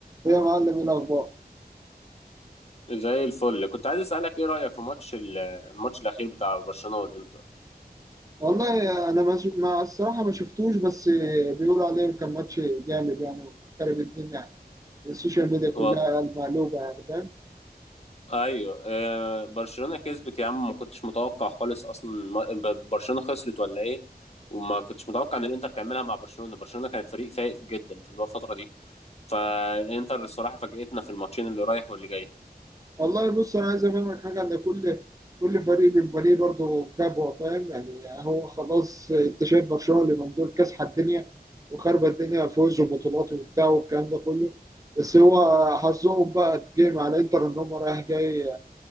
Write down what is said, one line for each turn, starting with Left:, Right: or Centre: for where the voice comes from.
Right: إيه يا معلم ايه الاخبار
Left: زي الفل كنت عايز اسالك ايه رايك في ماتش ال- الماتش الاخير بتاع برشلونه والانتر
Right: والله انا ما شف- ما الصراحه ما شفتوش بس بيقولوا عليه كان ماتش جامد يعني وخرب الدنيا يعني. السوشيال ميديا كلها
Left: و...
Right: مقلوبه يعني فاهم
Left: ايوه آه، برشلونه كسبت يا عم ما كنتش متوقع خالص اصلا ما- ب- برشلونه خسرت ولا ايه وما كنتش متوقع ان الانتر تعملها مع برشلونه برشلونه كانت فريق فايق جدا في الفتره دي فالانتر الصراحه فاجئتنا في الماتشين اللي رايح واللي جاي
Right: والله بص انا عايز افهمك حاجه ان كل كل فريق بيبقى ليه برضه كبوه فاهم يعني هو خلاص انت شايف برشلونه اللي من دول كاسحه الدنيا وخربت الدنيا فوز وبطولات وبتاع والكلام ده كله بس هو حظهم بقى اتجه مع الانتر ان هم رايح جاي